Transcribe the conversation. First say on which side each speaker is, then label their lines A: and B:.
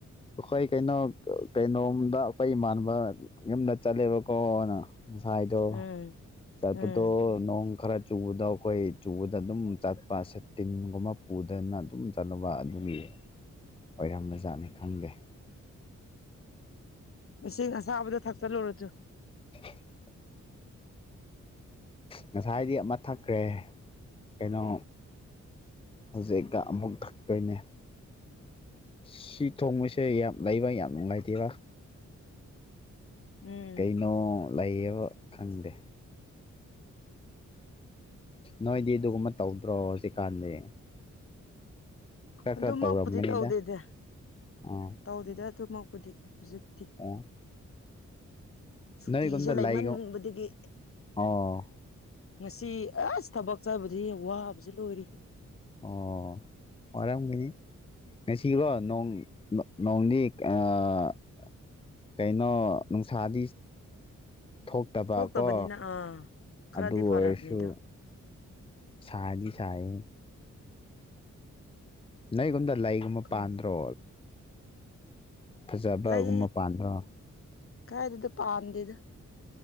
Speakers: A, on the left (about 20°); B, on the left (about 45°).
A: ꯍꯣꯏ ꯀꯩꯅꯣ ꯀꯩꯅꯣꯝꯗ ꯑꯩꯈꯣꯏ ꯏꯃꯥꯟ ꯌꯨꯝꯗ ꯆꯠꯂꯦꯕꯀꯣꯅ ꯉꯁꯥꯏꯗꯣ
B: ꯎꯝ
A: ꯆꯠꯄꯗꯣ
B: ꯎꯝ
A: ꯅꯣꯡ ꯈꯔ ꯆꯨꯕꯗ ꯑꯩꯈꯣꯏ ꯆꯨꯕꯗ ꯑꯗꯨꯝ ꯆꯠꯄ ꯁꯇꯤꯟꯒꯨꯝꯕ ꯄꯨꯗꯅ ꯑꯗꯨꯝ ꯆꯠꯂꯨꯅꯕ ꯑꯗꯨꯒꯤ ꯑꯣꯏꯔꯝꯕ ꯖꯥꯠꯅꯤ ꯈꯪꯗꯦ
B: ꯁ ꯉꯁꯥꯕꯗ ꯊꯛꯛꯇ ꯂꯧꯔꯠꯇꯣ
A: <unintelligible> ꯉꯁꯥꯏꯗꯤ ꯑꯃ ꯊꯛꯈ꯭ꯔꯦ ꯀꯩꯅꯣ ꯍꯧꯖꯤꯛꯀ ꯑꯃꯨꯛ ꯊꯛꯇꯣꯏꯅꯦ ꯁꯤ ꯊꯣꯡꯕꯁꯦ ꯌꯥꯝ ꯂꯩꯕ ꯌꯥꯝ ꯅꯨꯡꯉꯥꯏꯇꯦꯕ
B: ꯎꯝ
A: ꯀꯩꯅꯣ ꯂꯩꯌꯦꯕ ꯈꯪꯗꯦ ꯅꯣꯏꯗꯤ ꯑꯗꯨꯒꯨꯝꯕ ꯇꯧꯗ꯭ꯔꯣ ꯍꯧꯖꯤꯛꯀꯥꯟꯗꯤ ꯈꯔ
B: ꯑꯗꯨꯃꯛꯄꯨꯗꯤ
A: ꯈꯔ ꯇꯧꯔꯝꯒꯅꯤꯗ
B: ꯇꯧꯗꯦꯗ
A: ꯑꯥ
B: ꯇꯧꯗꯦꯗ ꯑꯗꯨꯃꯛꯄꯨꯗꯤ ꯍꯧꯖꯤꯛꯇꯤ
A: ꯑꯣ
B: ꯁꯨꯇꯤꯖꯨ
A: ꯅꯣꯏꯒꯨꯝꯗ
B: ꯂꯩꯃꯟꯕꯗꯒꯤ
A: ꯂꯩꯒ ꯑꯣ
B: ꯉꯁꯤ ꯑꯁ ꯊꯕꯛ ꯆꯠꯕꯗꯤ ꯋꯥꯕꯁꯤ ꯂꯣꯏꯔꯦ
A: ꯑꯣ ꯋꯥꯔꯝꯒꯅꯤ ꯉꯁꯤꯀ‌ꯣ ꯅꯣꯡ ꯅ‌ꯣꯡꯗꯤ ꯑꯥ ꯀꯩꯅꯣ ꯅꯨꯡꯁꯥꯗꯤ ꯊꯣꯛꯇꯕꯀꯣ
B: ꯊꯣꯛꯇꯕꯅꯤꯅ ꯑꯥ ꯈꯔꯗꯤ
A: ꯑꯗꯨ
B: ꯐꯔꯕꯅꯤꯗꯣ
A: ꯑꯣꯏꯔꯁꯨ ꯁꯥꯗꯤ ꯁꯥꯌꯦ ꯅꯩꯒꯨꯝꯗ ꯂꯩꯒꯨꯝꯕ
B: ꯈꯪꯉꯦ
A: ꯄꯥꯟꯗ꯭ꯔꯣ ꯐꯖꯕꯒꯨꯝꯕ
B: ꯂꯩ
A: ꯄꯥꯟꯗ꯭ꯔꯣ
B: ꯀꯥꯏꯗꯦꯗ ꯄꯥꯝꯗꯦꯗ